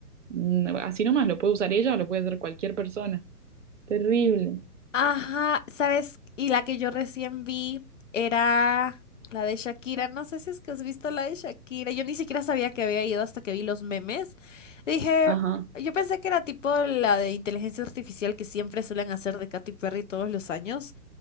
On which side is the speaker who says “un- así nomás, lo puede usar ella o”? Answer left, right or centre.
Right